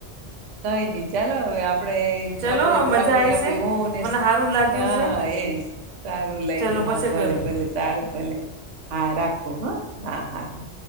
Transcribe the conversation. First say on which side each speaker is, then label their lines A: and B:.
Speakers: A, on the right; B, on the right.
A: કઈ નહી ચાલો હવે આપડે
B: ચલો
A: આપણે
B: મજા
A: આપડે
B: આવી
A: આપડી
B: છે
A: હો ને
B: મને સારું લાગ્યું
A: હા
B: છે
A: એજ. સારું લાયગું,
B: ચલો પછી
A: હા ભલે-ભલે
B: કરું
A: સારું ભલે. હા રાખું હા. હા, હા, હા.